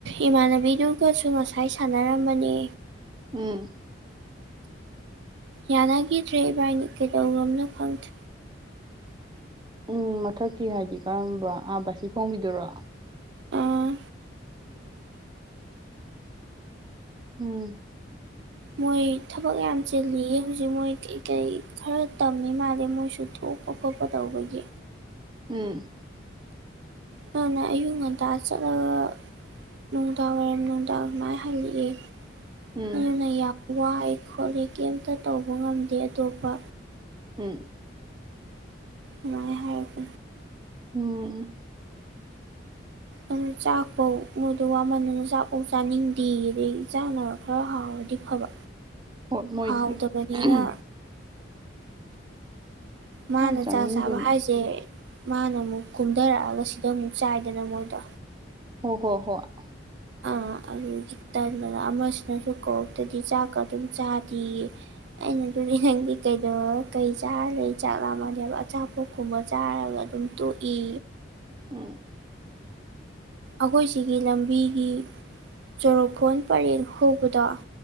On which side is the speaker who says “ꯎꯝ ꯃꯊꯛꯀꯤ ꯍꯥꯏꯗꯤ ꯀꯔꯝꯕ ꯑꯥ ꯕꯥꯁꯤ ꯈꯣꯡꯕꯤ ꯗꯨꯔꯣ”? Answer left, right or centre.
Right